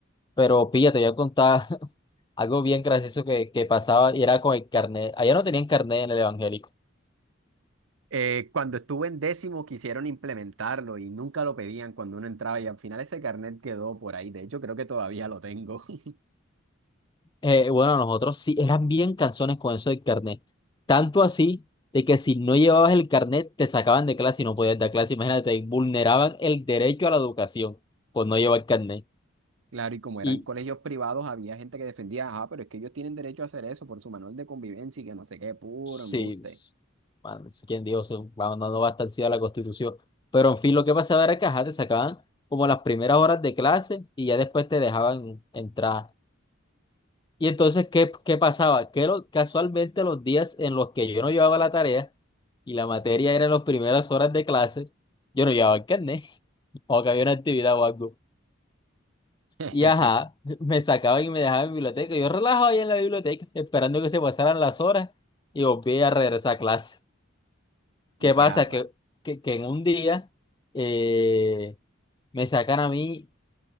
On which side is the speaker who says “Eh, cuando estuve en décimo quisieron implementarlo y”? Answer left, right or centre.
Right